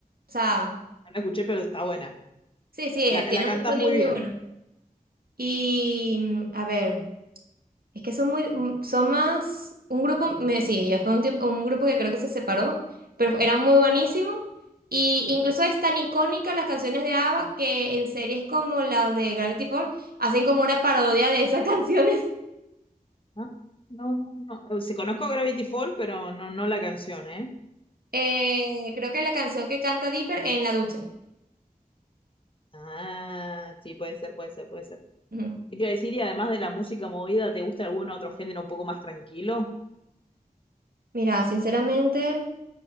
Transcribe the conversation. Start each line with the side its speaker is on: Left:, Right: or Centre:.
Right: O sea.
Left: No la escuché, pero está buena.
Right: Sí, sí,
Left: La,
Right: eh, tiene
Left: la cantás
Right: un muy
Left: muy bien.
Right: buenos Y mm, a ver, es que son muy, mm, son más, un grupo, me, sí, ya fue un tiempo, un grupo que creo que se separó, pero era muy buenísimo. Y incluso es tan icónica las canciones de ABBA que en series como la de Gravity Falls hacen como una parodia de esas <laughs> canciones.
Left: Ah, No, no, no. Se conozco Gravity Fall, pero no, no la canción, ¿eh?
Right: Eh, creo que la canción que canta Dipper en la ducha.
Left: Ah, sí, puede ser, puede ser, puede ser.
Right: Ujú.
Left: ¿Qué te iba a decir? Y además de la música movida, ¿te gusta algún otro género un poco más tranquilo?
Right: Mira, sinceramente.